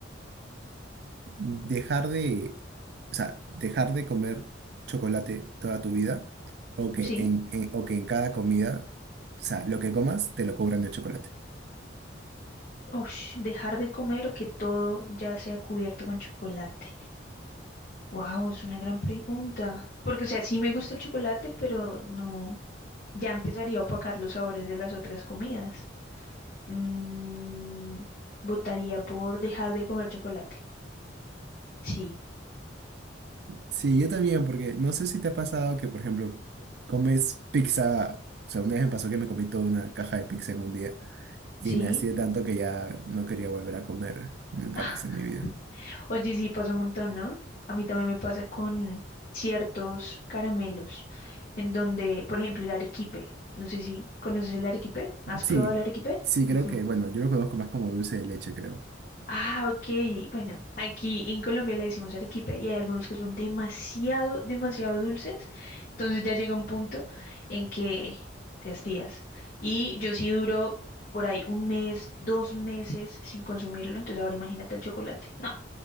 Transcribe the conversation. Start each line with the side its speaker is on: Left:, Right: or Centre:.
Right: dejar de, o sea, dejar de comer chocolate toda tu vida o que
Left: Sí.
Right: en, en- o que en cada comida, o sea, lo que comas te lo cobran de chocolate.
Left: Ush, dejar de comer o que todo ya sea cubierto con chocolate. Wow, es una gran pregunta. Porque, o sea, sí me gusta el chocolate, pero no, ya empezaría a opacar los sabores de las otras comidas. Mm, votaría por dejar de comer chocolate. Sí,
Right: Sí, yo también, porque no sé si te ha pasado que, por ejemplo, comes pizza, o sea, una vez me pasó que me comí toda una caja de pizza en un día y
Left: sí.
Right: me hacía tanto que ya no quería volver a comer nunca
Left: <laughs>
Right: más en mi vida.
Left: Oye, sí, pasa un montón, ¿no? A mí también me pasa con ciertos caramelos, en donde, por ejemplo, el arequipe. No sé si conoces el arequipe. ¿Has
Right: Sí,
Left: probado el arequipe?
Right: sí, creo
Left: Ujú.
Right: que, bueno, yo lo conozco más como dulce de leche, creo.
Left: Ah, ok. Bueno, aquí en Colombia le decimos arequipe y hay algunos que son demasiado, demasiado dulces. Entonces ya llega un punto en que te hastías. Y yo sí duro por ahí un mes, dos meses sin consumirlo. Entonces ahora imagínate el chocolate. No,